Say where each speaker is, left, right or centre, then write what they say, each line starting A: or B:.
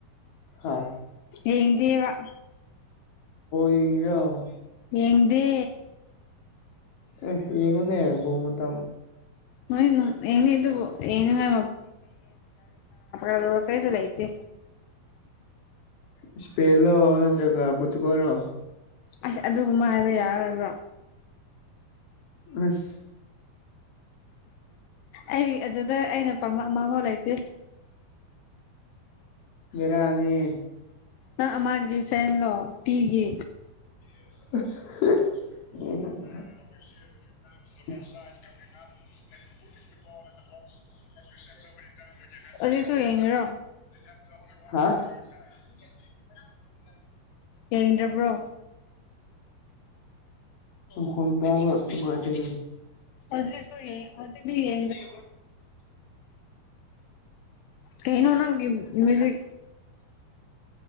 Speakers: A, on the left; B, on the left.
A: ꯍꯥ
B: ꯌꯦꯡ ꯗꯦ ꯕꯥ
A: ꯌꯦꯡꯉꯔ
B: ꯌꯦꯡꯗꯦ
A: ꯑ ꯌꯦꯡꯉꯅꯦꯕꯣꯃꯇ
B: ꯅꯣꯏ ꯌꯦꯉꯕꯨꯅꯤꯅ ꯀꯔ ꯑ ꯂ ꯀꯩ ꯆꯂ ꯏꯦ
A: ꯏꯁꯄꯦꯩꯅꯣ ꯅꯠꯇ꯭ꯔꯒ ꯄꯨꯠꯇꯀꯔꯣ
B: ꯑꯁ ꯑꯗꯨꯒꯨꯝꯕ ꯍꯥꯏꯕ ꯌꯥꯔꯔꯕ꯭ꯔꯣ
A: ꯑꯁ
B: ꯑꯩ ꯑꯗꯨꯗ ꯑꯩꯅ ꯄꯥꯝ ꯑꯃꯐꯥꯎ ꯂꯩꯇꯦ
A: ꯔꯅꯤ
B: ꯅꯪ ꯃꯥꯒꯤ ꯐꯦꯟꯂꯣ ꯄꯤꯒ
A: ꯅ ꯅ <inaudible>
B: ꯍꯧꯖꯤꯛꯁꯨ ꯌꯦꯡꯉꯤꯔꯣ
A: <inaudible>
B: ꯌꯦꯗ꯭ꯔꯕ꯭ꯔꯣ
A: ꯈꯟꯗꯕ ꯉꯗ
B: ꯍꯧꯖꯤꯁꯨ ꯌꯦ ꯍꯧꯖꯤ ꯃꯤ ꯌꯦ
A: <inaudible>
B: ꯀꯩꯅꯣ ꯅꯪꯒꯤ ꯃ꯭ꯌꯨꯖꯤꯛ